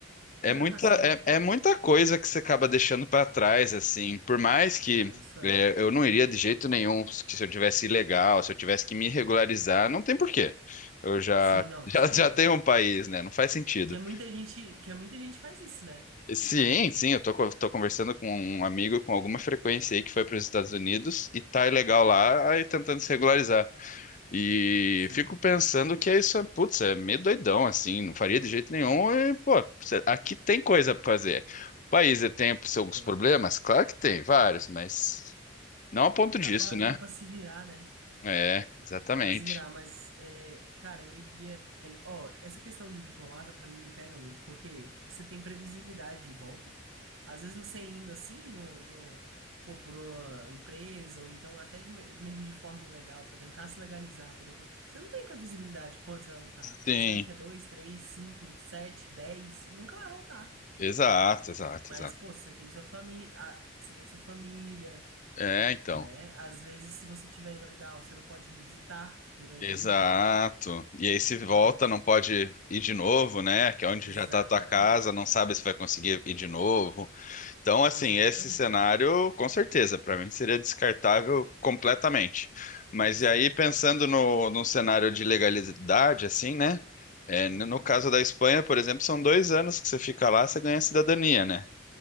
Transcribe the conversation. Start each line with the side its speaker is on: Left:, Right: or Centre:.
Left: É
Right: Não
Left: muita,
Right: era pra ser, né?
Left: é, é muita coisa que você acaba deixando para trás, assim. Por mais que
Right: Ah, isso é.
Left: é, eu não iria de jeito nenhum que se eu tivesse ilegal, se eu tivesse que me regularizar, não tem porquê. Eu já,
Right: Sim, não,
Left: <laughs> já,
Right: com certeza.
Left: já tenho um país, né? Não faz sentido.
Right: Que é muita gente, que é muita gente faz isso, né?
Left: Sim, sim, eu tô, co- tô conversando com um amigo com alguma frequência aí que foi para os Estados Unidos e tá ilegal lá, aí tentando se regularizar. E
Right: Sim,
Left: fico pensando que é isso, é- putz, é meio doidão, assim, não faria de jeito nenhum. E, pô, cê- aqui tem coisa pra fazer. O país é- tem seus
Right: tem.
Left: problemas? Claro que tem, vários, mas não a ponto
Right: Dá
Left: disso,
Right: pra,
Left: né?
Right: dá pra se virar, né?
Left: É, exatamente.
Right: Dá pra se virar, mas, é, cara, eu iria. ainda- Ó, essa questão do diplomata pra mim pega muito, porque você tem previsibilidade de volta. Às vezes você indo assim, no, no- pô, por uma empresa, ou então até de me- mesmo de forma ilegal, pra tentar se legalizar, pra depois. Você não tem previsibilidade quando você vai voltar.
Left: Sim,
Right: Pode ser daqui a dois, três, cinco, sete, dez, e nunca vai voltar.
Left: exato, exato,
Right: Mas,
Left: exato.
Right: pô, você tem sua família, você tem sua família,
Left: É, então.
Right: né? Às vezes, se você tiver ilegal, você não pode vir visitar durante
Left: Exato.
Right: muito tempo,
Left: E aí
Right: 20
Left: se volta,
Right: anos.
Left: não pode ir de novo, né? Que é onde
Right: Exatamente.
Left: já tá a tua casa, não sabe se vai conseguir ir de novo. Então, assim,
Right: Exatamente.
Left: esse cenário, com certeza, para mim seria descartável completamente. Mas
Right: Sim.
Left: e aí, pensando no, no cenário de legalidade, assim, né? É,
Right: Uhum.
Left: no no caso da Espanha, por exemplo, são dois anos que você fica lá, você ganha cidadania, né?